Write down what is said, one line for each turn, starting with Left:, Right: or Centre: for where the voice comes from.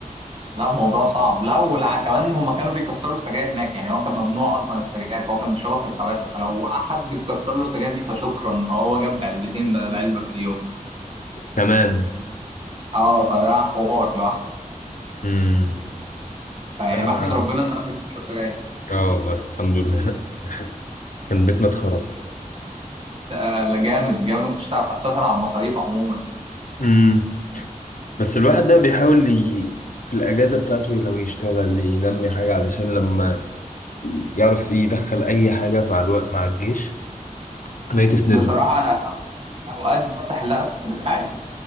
Right: لا الموضوع صعب لا ولا كمان هما كانوا بيكسروا السجاير هناك يعني هو كان ممنوع اصلا السجاير فهو كان بيشربها في الخباثه فلو احد بيكسر له السجاير دي فشكرا فهو جاب علبتين بدل علبه في اليوم
Left: كمان
Right: اه فده حوار لوحده
Left: امم
Right: فيعني
Left: لا
Right: بحمد
Left: ما
Right: ربنا ان انا مش بشرب سجاير
Left: اه والله الحمد لله <laughs> كان بيتنا اتخرب
Right: ده لا جامد جامد ما كنتش هتعرف تسيطر على المصاريف عموما
Left: امم بس الواحد بقى بيحاول ي... في الأجازة بتاعته لو يشتغل ينمي حاجة علشان لما ي- يعرف يدخل أي حاجة مع الوقت مع الجيش ما تسنده
Right: بصراحه انا اوقات بفتح اللابتوب بتاعي